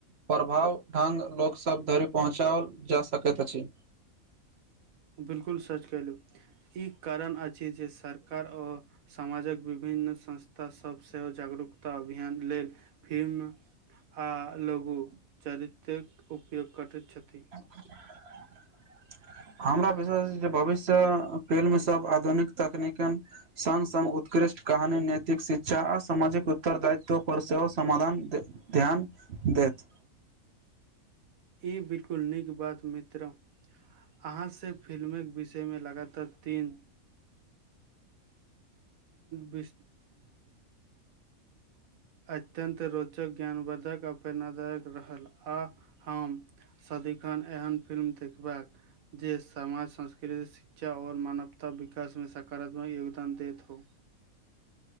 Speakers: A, on the right; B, on the right.
A: प्रभाव ढंग लोकसभ धरि पहुँचाओल जा सकैत अछि।
B: बिलकुल सच कहलहुँ, ई कारण अछि जे सरकार ओ समाजक विभिन्न संस्था सभ सेहो जागरूकता अभियान लेल फिल्म आ लगु चरित्रक उपयोग करैत छथि।
A: <inaudible> हमरा विश्वास अछि जे भविष्य फिल्म सब आधुनिक तकनीक संग संग उत्कृष्ट कहानी, नैतिक शिक्षा आ सामाजिक उत्तरदायित्व पर सेहो समाधान ध्यान देत।
B: ई बिल्कुल नीक बात मित्र अहाँ से फिल्मक विष य मे लगातार तीन बिस अत्यन्त रोचक, ज्ञानवर्द्धक आ प्रेरणादायक रहल आ हम सदिखन एहन फिल्म देखबाक जे स समाज, संस्कृति, शिक्षा आओर मानवता विकासमे सकारात्मक योगदान देत हो